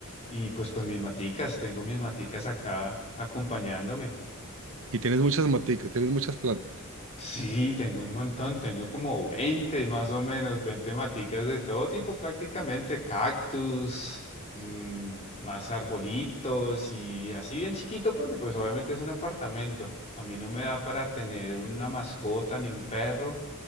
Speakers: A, on the left (about 30°); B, on the right (about 60°).
A: y pues con mis maticas, tengo mis maticas acá acompañándome.
B: y tienes muchas maticas, tienes muchas plantas.
A: Sí, tengo un montón, tengo como 20 más o menos, 20 maticas de todo tipo prácticamente, cactus, mm, más arbolitos y así bien chiquito porque pues obviamente es un apartamento. A mí no me da para tener una mascota ni un perro,